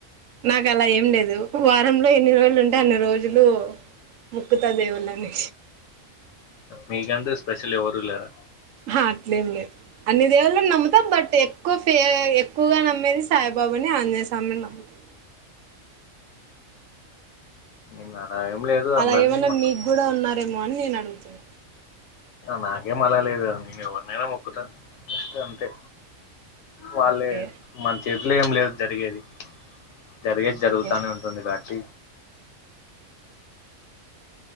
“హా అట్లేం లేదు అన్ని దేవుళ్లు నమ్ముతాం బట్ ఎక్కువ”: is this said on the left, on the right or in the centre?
Right